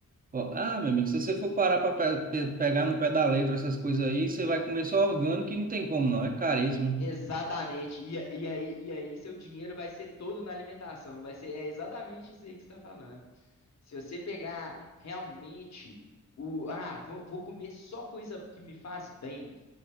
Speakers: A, on the right (about 25°); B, on the left (about 55°).
A: ó, Ah, meu amigo, se você for parar para pegar no pé da letra essas coisas aí, você vai comer só orgânico e não tem como, não. É caríssimo.
B: Exatamente. E, a- e aí, e aí seu dinheiro vai ser todo na alimentação. Vai ser, é exatamente isso aí que você está falando. Se você pegar realmente o, ah, vou, vou comer só coisa que me faz bem.